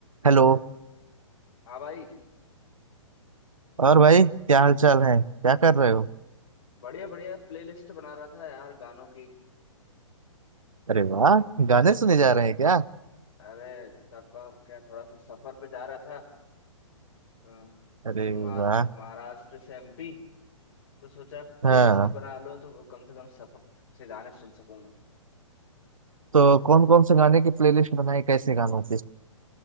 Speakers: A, on the right; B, on the left.
A: Hello
B: हाँ भाई
A: और भाई क्या हाल चाल है क्या कर रहे हो
B: बढ़िया बढ़िया प्लेलिस्ट बना रहा था यार गानों की
A: अरे वाह गाने
B: हम्म,
A: सुने जा रहे हैं क्या
B: अरे सबका क्या थोड़ा सा सफर पे जा रहा था हम्म,
A: अरे
B: महार-
A: वाह
B: महाराष्ट्र से एमपी तो सोचा प्लेलिस्ट
A: हाँ
B: बना लूं तो वो कम से कम सफर से गाने सुन सकूंगा
A: तो कौन कौन से गाने की प्लेलिस्ट बनाई कैसे गानों की